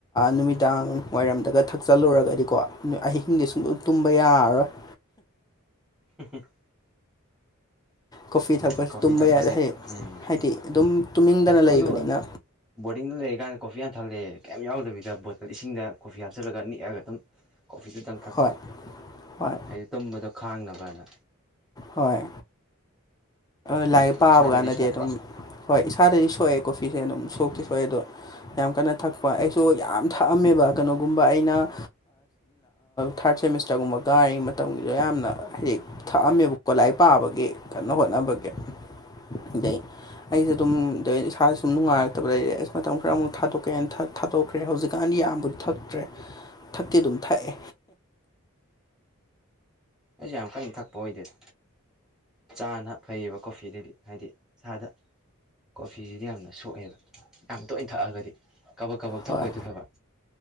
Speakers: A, on the left; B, in the centre.
A: ꯅꯨꯃꯤꯗꯥꯡ ꯋꯥꯏꯔꯝꯗꯒ ꯊꯛꯆꯜꯂꯨꯔꯒꯗꯤꯀꯣ ꯑꯍꯤꯡꯗꯤ ꯁꯨꯡꯂ ꯇꯨꯝꯕ ꯌꯥꯔꯔꯣꯏ <inaudible>
B: <inaudible>
A: ꯀꯣꯐꯤ ꯊꯛꯄꯁꯤ
B: ꯎꯝ ꯀꯣꯐꯤ
A: ꯇꯨꯝꯕ
B: ꯊꯛꯄꯁꯦ
A: ꯌꯥꯗꯦ ꯍꯥꯏꯗꯤ
B: ꯎꯝ
A: ꯍꯥꯏꯗꯤ ꯑꯗꯨꯝ ꯇꯨꯝꯅꯤꯡꯗꯅ
B: ꯑꯩꯈꯣꯏꯁꯨ
A: ꯂꯩꯕꯅꯤꯅ
B: ꯕꯣꯔꯗꯤꯡꯗ ꯂꯩꯔꯤꯀꯥꯟꯗ ꯀꯣꯐꯤ ꯌꯥꯝꯟ ꯊꯜꯂꯛꯦ ꯀꯌꯥꯝ ꯌꯥꯎꯗꯕꯤꯗ ꯕꯣꯇꯜ ꯏꯁꯤꯡꯗ ꯀꯣꯐꯤ ꯍꯥꯞꯆꯜꯂ ꯅꯤꯛꯑꯒ ꯑꯗꯨꯝ ꯀꯣꯐꯤꯗꯨꯇꯪ ꯊꯛꯄ
A: ꯍꯣꯏ ꯍꯣꯏ
B: ꯍꯥꯏꯗꯤ ꯇꯨꯝꯕꯗꯣ ꯈꯥꯡꯅꯕꯅ
A: ꯍꯣꯏ ꯂꯥꯏꯔꯤꯛ ꯄꯥꯕ
B: ꯏꯁꯥꯗꯗꯤ
A: ꯀꯥꯟꯗꯗꯤ
B: ꯁꯣꯛꯄ
A: ꯑꯗꯨꯝ ꯍꯣꯏ ꯏꯁꯥꯗꯗꯤ ꯁꯣꯛꯑꯦ ꯀꯣꯐꯤꯁꯦ ꯑꯗꯨꯝ ꯁꯣꯛꯇ
B: ꯎꯝ
A: ꯁꯣꯛꯑꯦ ꯑꯗꯣ ꯌꯥꯝ ꯀꯟꯅ ꯊꯛꯄ ꯑꯩꯁꯨ ꯌꯥꯝ ꯊꯛꯑꯝꯃꯦꯕ ꯀꯩꯅꯣꯒꯨꯝꯕ ꯑꯩꯅ ꯊꯥꯔꯠ ꯁꯦꯃꯤꯁꯇꯔꯒꯨꯝꯕꯒꯔꯤꯉꯩ ꯃꯇꯝꯒꯤꯗ ꯌꯥꯝꯅ ꯍꯥꯏꯗꯤ ꯊꯛꯑꯝꯃꯦꯕꯀꯣ ꯂꯥꯏꯔꯤꯛ ꯄꯥꯕꯒꯤ ꯀꯣ ꯍꯣꯏ <unintelligible> ꯑꯩꯁꯨꯦ ꯑꯗꯨꯝ ꯏꯁꯥꯥꯁꯁꯨ ꯁꯨꯝ ꯅꯨꯡꯉꯥꯏꯔꯛꯇꯕꯗ ꯑꯩꯦꯁ ꯃꯇꯝ ꯈꯔ ꯑꯃꯨꯛ ꯊꯥꯗꯣꯛꯀꯦꯅ ꯊꯥꯗꯣꯛꯈ꯭ꯔꯦ ꯍꯧꯖꯤꯛꯀꯥꯟ ꯌꯥꯝꯕꯨꯗꯤ ꯊꯛꯇ꯭ꯔꯦ ꯊꯛꯇꯤ ꯑꯗꯨꯝ ꯊꯛꯑꯦ
B: ꯑꯩꯁ ꯌꯥꯝ ꯀꯟꯅ ꯊꯛꯄ ꯑꯣꯏꯗꯣꯏꯗ ꯆꯥꯅ ꯐꯩꯌꯦꯕ ꯀꯣꯐꯤꯗꯗꯤ ꯍꯥꯏꯗꯤ ꯏꯁꯥꯗ ꯀꯣꯐꯤꯁꯤꯗꯤ ꯌꯥꯝꯅ ꯁꯣꯛꯑꯦꯕ ꯌꯥꯝ ꯇꯣꯏꯅ ꯊꯛꯑꯒꯗꯤ ꯀꯕꯛ ꯀꯕꯛ ꯊꯛꯄ
A: ꯍꯣꯏ
B: ꯑꯣꯏꯗꯣꯏ ꯐꯕ